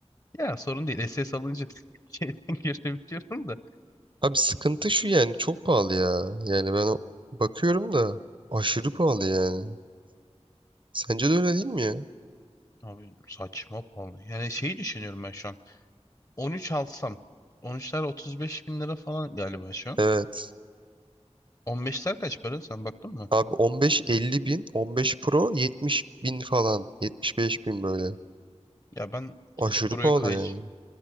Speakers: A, on the left; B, on the right.
A: Ya sorun değil. SS alınca <laughs> şeyden görebiliyorum da.
B: Abi sıkıntı şu yani çok pahalı ya. Yani ben o- bakıyorum da aşırı pahalı yani. Sence de öyle değil mi ya?
A: Abi saçma pahalı. Yani şeyi düşünüyorum ben şu an. 13 alsam. 13'ler 35 bin lira falan galiba şu an.
B: Evet.
A: 15'ler kaç para? Sen baktın mı?
B: Abi 15-50 bin, 15 Pro 70 bin falan. 75 bin böyle.
A: Ya ben
B: Aşırı
A: hiç buraya
B: pahalı
A: kay
B: yani.